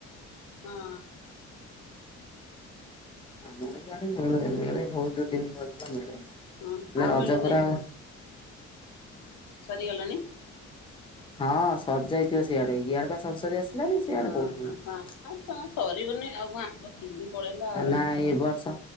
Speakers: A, on the left (about 80°); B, on the left (about 15°).
A: ହଁ।
B: ଆମର ଇଆଡ଼େ ମିଳୁନି ମିଳେ ବହୁତ ଦିନ ପର୍ଯ୍ୟନ୍ତ ମିଳେ
A: ହଁ ଆଉ
B: ରଜ
A: ମିଳୁନି
B: ପରେ ଆଉ
A: ସରିଗଲାଣି।
B: ହଁ ସରଜାଇଥିବ ସିଆଡେ, ଇଆଡେ ବା ସରି ସରି ଆସିଲାଣି। ସିଆଡେ
A: ଓହ
B: କୋଉଠୁ
A: ହଁ କ ସରିବନି ଆଉ କଁ ଆମ୍ବ ସିଯିନି ପଳେଇଲା। ଆଉ।
B: ନା ଏ ବର୍ଷ